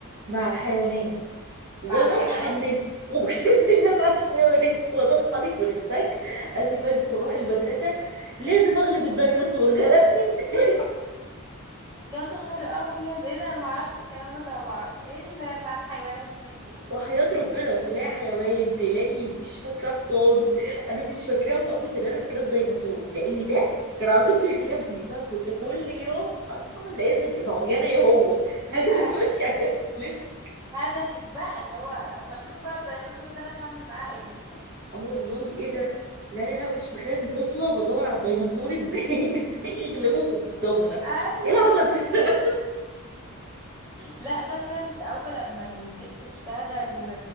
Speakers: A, on the right; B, on the right.
A: مع الحيوانات وانا
B: مع الحيوانات
A: اصحى من الف... <laughs> اقسم بالله مع الحيوانات وانا اصحى لك من الفجر قبل ما البس واروح المدرسه لازم اغلب الديناصور غلبني امبارح
B: يا نهار ابيض ايه ده انا معرفش الكلام ده طبعا ايه اللي مع الحيوانات دي <laughs>
A: وحياة ربنا تلاقي حيوان تلاقي مش فاكرة حصان <laughs> أنا مش فاكراهم أوي بس اللي أنا فاكراه الديناصور لأن ده كان على طول بيغلبني فأنا كنت كل يوم أصحى لازم ما هو يا أنا يا هو <laughs> هغلبك
B: آه،
A: يعني هغلبك
B: هدفك بقى اللي هو اما اشوف بقى الديناصور ده انا هعمل معاه ايه
A: أه والله إيه ده لا لا لا ما كنتش متخيلة إن طفلة بدور على الديناصور إزاي <laughs> إزاي يغلبه في الضمنة
B: ايوه
A: إيه العبط ده
B: لا فاكره انت اول لما النت اشتغل و...